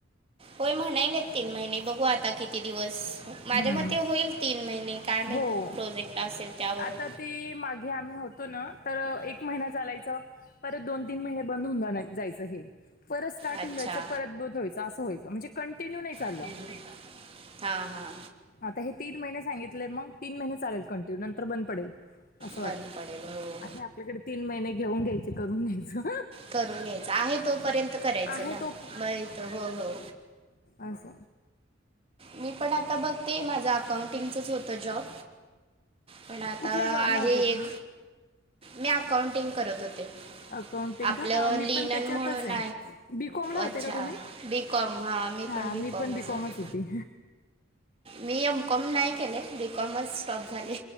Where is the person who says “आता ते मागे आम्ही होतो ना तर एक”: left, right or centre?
Left